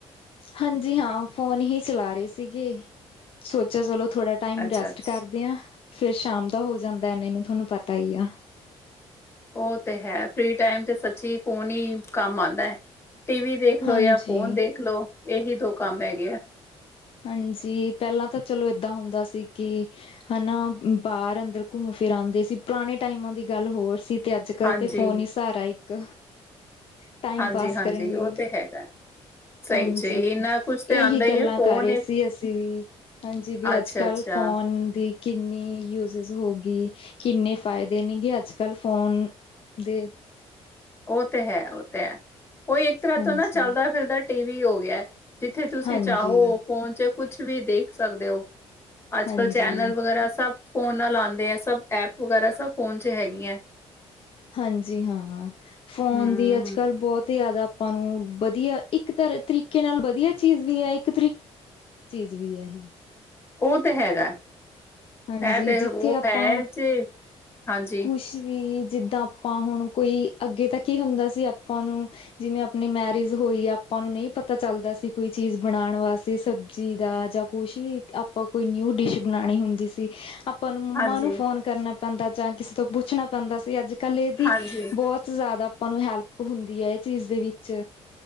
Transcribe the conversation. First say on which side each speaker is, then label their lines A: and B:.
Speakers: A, on the left (about 55°); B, on the left (about 20°).
A: ਹਾਂਜੀ, ਹਾਂ ਫੋਨ ਹੀ ਚਲਾ ਰਹੇ ਸੀਗੇ, ਸੋਚਿਆ ਚਲੋ ਥੋੜਾ ਟਾਈਮ
B: ਅੱਛਾ
A: ਰੈਸਟ
B: ਅੱਛਾ
A: ਕਰਦੇ ਆ, ਫੇਰ ਸ਼ਾਮ ਦਾ ਹੋ ਜਾਂਦਾ ਇਹਨੇ ਨੂੰ ਤੁਹਾਨੂੰ ਪਤਾ ਈ ਆ।
B: ਉਹ ਤੇ ਹੈ, ਫਰੀ ਟਾਈਮ ਤੇ ਸੱਚੀ ਫੋਨ ਈ ਕੰਮ ਆਂਦਾ ਐ। ਟੀਵੀ ਦੇਖ ਲੋ,
A: ਹਾਂਜੀ
B: ਯਾ ਫੋਨ ਦੇਖ ਲੋ ਇਹੀ ਦੋ ਕੰਮ ਹੈਗੇ ਆ।
A: ਹਾਂਜੀ, ਪਹਿਲਾਂ ਤਾਂ ਚਲੋ ਏਦਾਂ ਹੁੰਦਾ ਸੀ ਕਿ। ਹਾਨਾ, ਬਾਹਰ -ਅੰਦਰ ਘੁੰਮ- ਫਿਰ ਆਂਦੇ ਸੀ, ਪੁਰਾਣੇ ਟਾਈਮਾਂ ਦੀ ਗੱਲ ਹੋਰ ਸੀ। ਤੇ ਅੱਜ- ਕੱਲ੍ਹ
B: ਹਾਂਜੀ
A: ਤਾਂ ਫੋਨ ਈ ਸਹਾਰਾ ਇੱਕ। ਟਾਈਮ-
B: ਹਾਂਜੀ
A: ਪਾਸ
B: ਹਾਂਜੀ
A: ਕਰਨ ਲਈ,
B: ਉਹ ਤੇ ਹੈਗਾ ਸਹੀ
A: ਹਾਂਜੀ,
B: ਜੇ ਇੰਨਾ ਕੁਛ ਤੇ ਆਉਂਦਾ
A: ਇਹੀ
B: ਹੀ
A: ਗੱਲਾਂ।
B: ਹੈ ਫੋਨ
A: ਕਰ ਰਹੇ ਸੀ ਅਸੀਂ ਵੀ, ਹਾਂਜੀ ਕਿ
B: ਅੱਛਾ
A: ਅੱਜ- ਕੱਲ੍ਹ
B: ਅੱਛਾ
A: ਫੋਨ ਦੀ। ਕਿੰਨੀ ਯੂਜਜ ਹੋਗੇ, ਕਿੰਨੇ ਫਾਇਦੇ ਨੇ ਕੇ ਅੱਜ- ਕੱਲ੍ਹ ਫੋਨ। ਦੇ।
B: ਉਹ ਤੇ ਹੈ, ਉਹ ਤੇ ਹੈ, ਉਹ ਇੱਕ ਤਰ੍ਹਾਂ
A: ਹਾਂਜੀ।
B: ਤੋਂ ਨਾ ਚਲਦਾ- ਫਿਰਦਾ ਟੀ ਵੀ ਹੋ ਗਿਆ। ਜਿੱਥੇ ਤੁਸੀਂ
A: ਹਾਂਜੀ,
B: ਚਾਹੋ, ਫੋਨ ਚ ਕੁਛ ਵੀ ਦੇਖ ਸਕਦੇ ਹੋ। ਅੱਜ-
A: ਹਾਂਜੀ,
B: ਕਲ ਚੈਨਲ ਵਗੈਰਾ ਸਭ ਫੋਨ ਨਾਲ ਆਂਦੇ ਐ, ਸਭ ਐਪ ਵਗੈਰਾ ਸਭ ਫੋਨ ਚ ਹੈਗੀਐ।
A: ਹਾਂਜੀ ਹਾਂ, ਫੋਨ
B: ਹਮ
A: ਦੀ ਅੱਜ- ਕੱਲ੍ਹ ਬਹੁਤ। ਤੇ ਜ਼ਿਆਦਾ ਆਪਾਂ ਨੂੰ ਵਧੀਆ, ਇੱਕ ਤਰੀਕੇ ਨਾਲ ਵਧੀਆ ਚੀਜ਼ ਵੀ ਐ, ਇੱਕ ਤਰੀ ਚੀਜ਼ ਵੀ ਐ।
B: ਉਹ ਤੇ ਹੇਗੈ। ਇਹ
A: ਹਾਂਜੀ
B: ਤੇ ਉਹ
A: ਜਿੱਥੇ ਆਪਾਂ
B: ਹੇ ਜ ਹਾਜੀ।
A: ਕੁਛ ਵੀ ਜਿੱਦਾਂ ਆਪਾਂ ਹੁਣ ਕੋਈ ਅੱਗੇ ਤੱਕ ਈ ਹੁੰਦਾ ਸੀ। ਆਪਾਂ ਨੂੰ ਜਿਵੇਂ ਆਪਣੀ ਮੈਰਿਜ ਹੋਈ, ਆਪਾਂ ਨੂੰ ਨਹੀਂ ਪਤਾ ਚੱਲਦਾ ਸੀ ਕੋਈ ਚੀਜ਼ ਬਣਾਣ ਵਾਸਤੇ ਸਬਜ਼ੀ ਦਾ ਜਾਂ। ਕੁਛ ਵੀ ਆਪਾਂ ਕੋਈ ਨਿਊ- ਡਿਸ਼ ਬਣਾਣੀ ਹੁੰਦੀ ਸੀ, ਆਪ ਪਰ ਮੰਮਾ
B: ਹਾਂਜੀ
A: ਨੂੰ ਫੋਨ ਕਰਨਾ ਪੈਂਦਾ, ਜਾਂ ਕਿਸੇ ਤੋਂ ਪੁੱਛਣਾ ਪੈਂਦਾ ਸੀ, ਅੱਜ ਕੱਲ ਦੀ
B: ਹਾਂਜੀ
A: ਬਹੁਤ ਜ਼ਿਆਦਾ ਆਪਾਂ ਨੂੰ ਹੈਲਪ ਹੁੰਦੀ ਐ ਇਹ ਚੀਜ਼ ਦੇ ਵਿੱਚ।